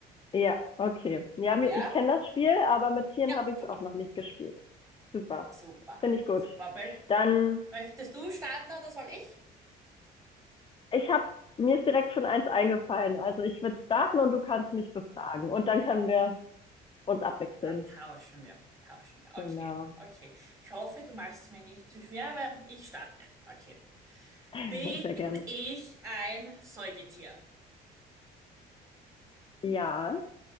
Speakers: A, on the left (about 30°); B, on the right (about 20°).
A: ja, okay. Ja, mi-
B: Ja?
A: ich kenne das Spiel, aber mit Tieren
B: Ja,
A: habe ich
B: super.
A: es auch noch nicht gespielt. Super.
B: Super.
A: Finde ich gut.
B: Super. Mö
A: Dann,
B: möchtest du starten oder soll ich?
A: ich habe, mir ist direkt schon eins eingefallen. Also ich würde starten und du kannst mich befragen. Und dann können wir uns abwechseln.
B: Dann tauschen wir. Tauschen wir. Okay,
A: Genau.
B: okay. Ich hoffe, du machst es mir nicht zu schwer, aber ich starte. Okay.
A: <laughs>
B: Bin
A: Sehr gerne.
B: ich ein Säugetier?
A: Ja,